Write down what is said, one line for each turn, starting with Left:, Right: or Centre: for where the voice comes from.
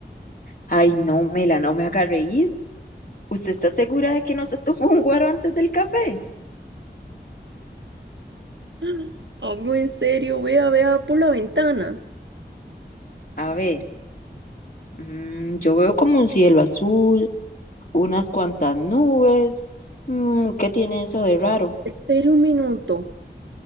Left: Ay, no, Mela, no me haga reír. ¿Usted está segura de que no se <laughs> tomó un guaro antes del café?
Right: <gasps> Hablo en serio, vea, vea por la ventana.
Left: A ver, mm, yo veo como un cielo azul, unas cuantas nubes. Mm, ¿qué tiene eso de raro?
Right: Espere un minuto.